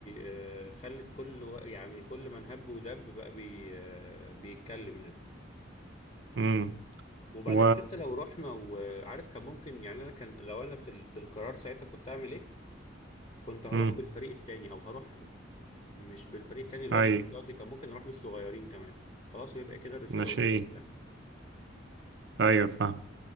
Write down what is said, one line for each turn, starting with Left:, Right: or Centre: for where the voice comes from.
Left: آه، خلت كل و- يعني كل من هب ودب بقى بي آه، بيتكلم يعني
Right: امم
Left: وبعدين
Right: و
Left: حتى لو رحنا وعارف كان ممكن يعني انا كان لو انا في ال- في القرار ساعتها كنت اعمل ايه كنت هروح
Right: مم.
Left: بالفريق التاني او هروح م- مش بالفريق التاني اللي
Right: اي
Left: هو الاحتياطي كان ممكن اروح بالصغيرين كمان خلاص ويبقى كده الرسالة
Right: ناشئين
Left: وصلت يعني
Right: ايوه فاهم